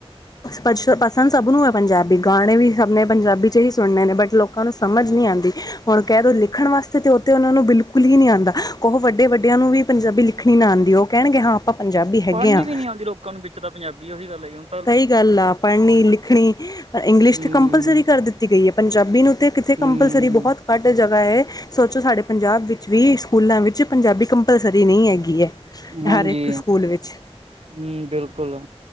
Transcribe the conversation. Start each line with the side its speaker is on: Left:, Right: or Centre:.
Left: ਪਸ ਪਸੰਦ ਸਭ ਨੂੰ ਹੈ ਪੰਜਾਬੀ ਗਾਣੇ ਵੀ ਸਭ ਨੇ ਪੰਜਾਬੀ ਚ ਹੀ ਸੁਨਨੇ ਨੇ ਬਟ ਲੋਕ ਕਾਂ ਨੂੰ ਸਮਝ ਨੀ ਆਂਦੀ। ਹੁਣ ਕੈ ਦੋ ਲਿਖਣ ਵਾਸਤੇ ਤੇ ਓ ਤੇ ਓਨਾਂ ਨੂੰ ਬਿਲਕੁਲ ਹੀ ਨੀ ਆਂਦਾ, ਓਹ ਵੱਡੇ ਵੱਡੇਆਂ ਨੂੰ ਵੀ ਪੰਜਾਬੀ ਲਿਖਣੀ ਨਾ ਆਂਦੀ, ਓ ਕੈਣਗੇ ਹਾਂ ਪੰਜਾਬੀ ਹੈਗੇ
Right: ਪੜ੍ਹਨੀ
Left: ਹਾਂ
Right: ਵੀ ਨੀ ਆਂਦੀ ਲੋਕਾਂ ਨੂੰ ਵਿੱਚ ਤਾਂ ਪੰਜਾਬੀ ਓਹੀ ਗੱਲ ਐ ਜੀ ਹੁਨ
Left: ਸਈ ਗੱਲ ਆ ਪੜ੍ਹਨੀ ਲਿਖਣੀ, ਇੰਗਲਿਸ਼
Right: ਹੂੰ
Left: ਤੇ ਕੰਪਲਸਰੀ ਕਰ ਦਿੱਤੀ ਗਈ ਐ, ਪੰਜਾਬੀ ਨੂੰ ਤੇ ਕਿੱਥੇ
Right: ਹੂੰ
Left: ਕੰਪਲਸਰੀ ਬੋਹਤ ਘੱਟ ਜਗ੍ਹਾ ਐ ਸੋਚੋ ਸਾਡੇ ਪੰਜਾਬ ਵਿੱਚ ਵੀ, ਸਕੂਲਾਂ ਵਿੱਚ ਪੰਜਾਬੀ ਕੰਪਲਸਰੀ ਨਈ ਹੈਗੀ ਐ।
Right: ਹਾਂਜੀ
Left: ਹਰ ਏਕ ਸਕੂਲ ਵਿੱਚ
Right: ਹੂੰ, ਬਿਲਕੁਲ।